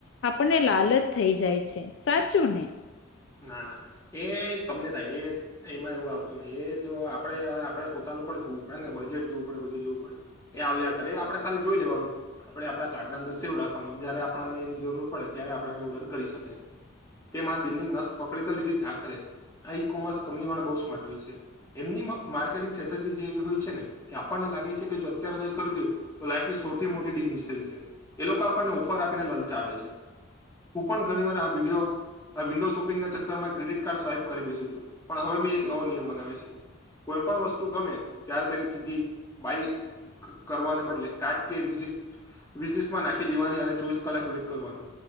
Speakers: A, on the left; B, on the left.
A: આપણને લાલચ થઈ જાય છે. સાચું ને?
B: ના, ના એ તમને થાય એ એમાં એવું આવતું નહી એ જો આપડે હવે આપડે હવે પોતાનું પણ જોવું પડે ને, બજેટ જોવું પડે, બધું જોવું પડે, એ આવ્યા કરે એ આપડે ખાલી જોઈ લેવાનું. આપડે આપણા કાર્ડના અંદર સેવ રાખવાનું જયારે આપણને એની જરૂર પડે ત્યારે આપણે એનો ઓર્ડર કરી શકીએ. તે મારા દિલની નસ પકડી તો લીધી જ આખરે. આ ઈ કોમર્સ કંપની વાળા બહું સ્માર્ટ હોય છે. એમની મ માર્કેટિંગ સ્ટ્રેટેજી જે એવી હોય છે ને કે આપણને લાગે છે કે જો અત્યારે નહીં ખરીદ્યું તો લાઈફ ઈસ સૌથી મોટી ડીલ મિસ થઈ જશે. એ લોકો આપણને ઓફર આપીને લલચાવે છે. હું પણ ઘણી વાર આવ વિડિયો અહ વિન્ડો સૂ ચક્કરમાં ક્રેડિટ કાર્ડ સ્વાઈપ કરી બેસું છું, પણ હવે મેં એક નવો નિયમ બનાવ્યો છે. કોઈ પણ વસ્તુ ગમે ત્યારે તેની સીધી બાઈ ક કરવાને બદલે કાટ કે બીજ <inaudible> વિશલિસ્ટમાં નાખી દેવાની અને ચોવીસ કલાક વેટ કરવાનું.